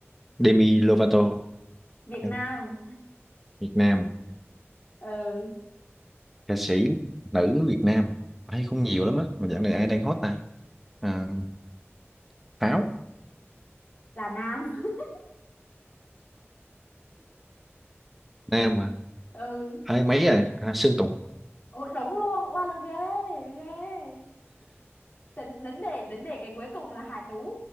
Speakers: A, in the centre; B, on the left.
A: Demi Lovato
B: Việt
A: Đấy,
B: Nam
A: Việt Nam
B: ừ
A: ca sĩ nữ Việt Nam ấy cũng nhiều lắm á mà dạo này ai đang hot ta à, Pháo
B: là Nam <laughs>
A: Nam mà
B: ừ
A: ấy mấy rồi à, Sơn Tùng
B: Ôi, đúng luôn Wow là ghê ghê tính đến đề đến đề cái cuối cùng là Hà Tú